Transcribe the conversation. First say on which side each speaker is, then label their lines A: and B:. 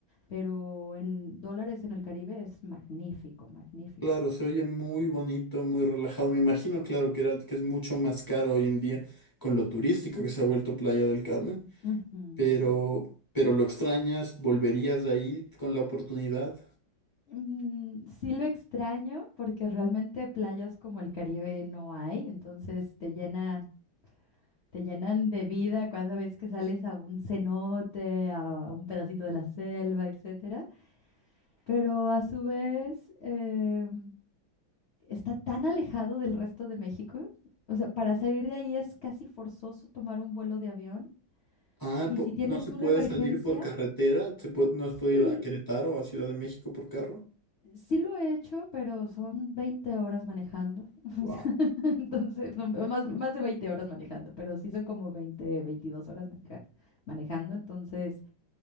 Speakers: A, on the left; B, on the left.
A: pero en dólares en el Caribe es magnífico, magnífico.
B: Claro, se oye muy bonito, muy relajado. Me imagino, claro, que era, que es mucho más caro hoy en día con lo turístico que se ha vuelto Playa del Carmen.
A: Ujú,
B: pero,
A: ujú.
B: pero lo extrañas, volverías de ahí con la oportunidad.
A: Mm, sí lo extraño porque realmente playas como el Caribe no hay, entonces te llena, te llenan de vida cada vez que sales a un cenote, a un pedacito de la selva, etcétera. Pero a su vez eh, está tan alejado del resto de México, o sea, para salir de ahí es casi forzoso tomar un vuelo de avión.
B: Ah,
A: Y
B: po-
A: si tienes
B: no se
A: una
B: puede
A: emergencia,
B: salir por carretera, ¿Se pu- no se puede
A: Sí,
B: ir a Querétaro o a Ciudad de México por carro.
A: sí lo he hecho, pero son 20 horas manejando. <laughs>
B: Wow.
A: Entonces, no, no, más, más de 20 horas manejando, pero sí son como 20, 22 horas maneja- manejando. Entonces,